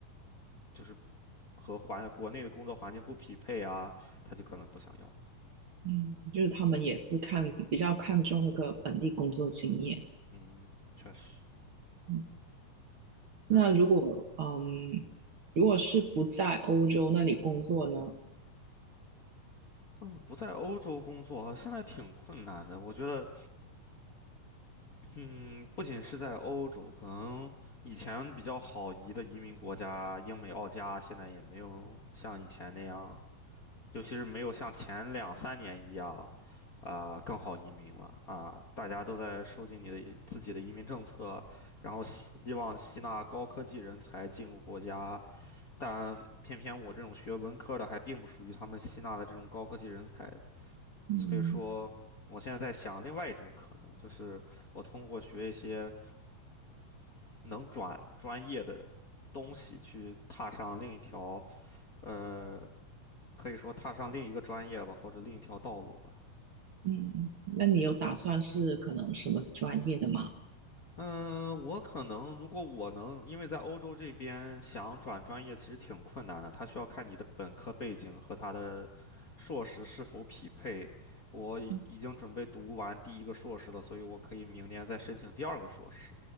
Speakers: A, on the left; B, on the right.
A: 就是和环国内的工作环境不匹配啊，他就可能不想要你。
B: 嗯，就是他们也是看比较看重那个本地工作经验。
A: 嗯，确实。
B: 嗯，
A: 然后，
B: 那如果嗯，如果是不在欧洲那里工作呢？
A: 嗯，不在欧洲工作现在挺困难的。我觉得，嗯，不仅是在欧洲，可能以前比较好移的移民国家，英美澳加，现在也没有像以前那样。尤其是没有像前两三年一样，啊、更好移民了啊！大家都在收紧你的自己的移民政策，然后希希望吸纳高科技人才进入国家，但偏偏我这种学文科的还并不属于他们吸纳的这种高科技人才，
B: 嗯
A: 所以说，我现在在想另外一种可能，就是我通过学一些能转专业的东西去踏上另一条。呃。可以说踏上另一个专业吧，或者另一条道路吧。
B: 嗯，那你有打算是可能什么专业的吗？
A: 嗯，我可能如果我能，因为在欧洲这边想转专业其实挺困难的，他需要看你的本科背景和他的硕士是否匹配。我已已经准备读完第一个硕士了，
B: 嗯
A: 所以我可以明年再申请第二个硕士。